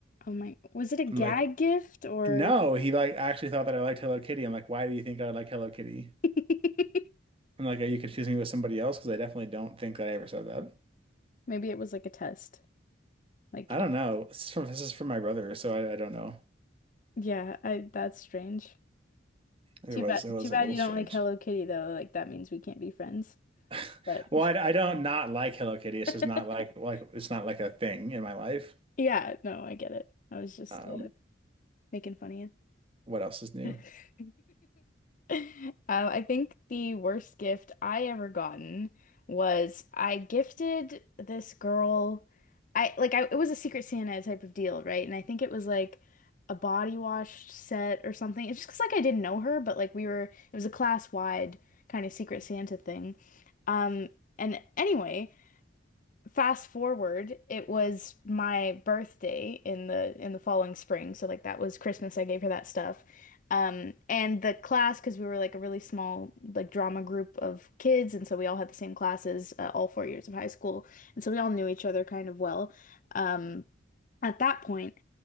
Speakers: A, on the left; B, on the right.
A: Oh my, was it a gag
B: I'm like,
A: gift or
B: no, he like actually thought that I liked Hello Kitty. I'm like, why do you think I like Hello Kitty?
A: <laughs> maybe
B: I'm like, are you confusing me with somebody else? Because I definitely don't think that I ever said that.
A: it was like a test? Like
B: I
A: if
B: don't know. This is from this is from my brother, so I, I don't know.
A: yeah, I that's strange.
B: It
A: Too
B: was
A: bad,
B: it was
A: too bad
B: a little
A: you
B: strange.
A: don't like Hello Kitty though. Like that means we can't be friends.
B: <laughs>
A: But
B: Well, I, I don't not like Hello Kitty. It's
A: <laughs>
B: just not like like it's not like a thing in my life.
A: yeah, no, I get it. I was just
B: Um,
A: uh, making fun of you.
B: what else is new?
A: <laughs> Um, I think the worst gift I ever gotten was I gifted this girl. I like I it was a Secret Santa type of deal, right? And I think it was like a body wash set or something. It's just 'cause, like I didn't know her, but like we were it was a class wide kind of Secret Santa thing. Um, and anyway, fast forward, it was my birthday in the in the following spring, so like that was Christmas. I gave her that stuff. Um, and the class, because we were like a really small like drama group of kids, and so we all had the same classes uh, all four years of high school, and so we all knew each other kind of well. Um, at that point.